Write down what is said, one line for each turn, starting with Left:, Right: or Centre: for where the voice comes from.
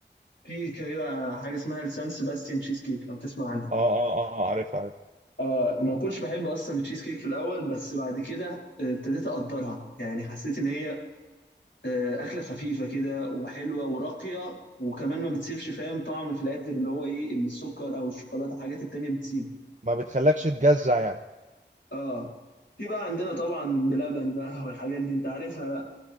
Left: في كده حاجه اسمها السان سيباستيان تشيز كيك لو تسمع عنها
Right: اه اه اه عارف عارف
Left: اه ما كنتش بحب اصلا التشيز كيك في الاول بس بعد كده آه، ابتديت اقدرها يعني حسيت ان هي آه، اكله خفيفه كده وحلوه وراقيه وكمان ما بتسيبش فاهم طعم في الاخر اللي هو ايه السكر او الشوكولاته الحاجات التانيه بتسيبه
Right: ما بتخلكش تجزع يعني
Left: اه في بقى عندنا طبعا بلبن بقى والحاجات دي انت عارفها بقى